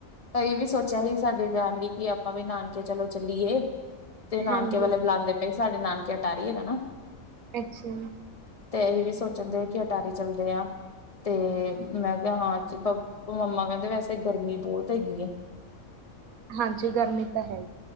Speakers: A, on the left; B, on the right.
A: ਅਹੀ ਹ ਵੀ ਸੋਚਿਆ ਹੀ, ਸਾਡੀ ਫੈਮਿਲੀ ਕਿ ਆਪਾਂ ਵੀ ਨਾਨਕੇ ਚਲੋਂ ਚੱਲੀਏ। ਤੇ ਨਾਨਕੇ
B: ਹਾਂਜੀ
A: ਵਾਲੇ ਬੁਲਾਉਂਦੇ ਪਏ ਸੀ, ਸਾਡੇ ਨਾਨਕੇ ਅਟਾਰੀ ਹੈਗਾ ਨਾ।
B: ਅੱਛਾ।
A: ਤੇ ਇਹ ਵੀ ਸੋਚਣ ਡੇਆ ਕਿ ਅਟਾਰੀ ਚੱਲਦੇ ਆ। ਤੇ ਮੈਂ ਕਿਹਾ ਹਾਂ, ਚ ਮੰਮਾ ਕਹਿੰਦੇ ਵੈਸੇ ਗਰਮੀ ਬਹੁਤਂ ਹੈਗੀ ਐਂ।
B: ਹਾਂਜੀ ਗਰਮੀ ਤਾਂ ਹੈ ਈ।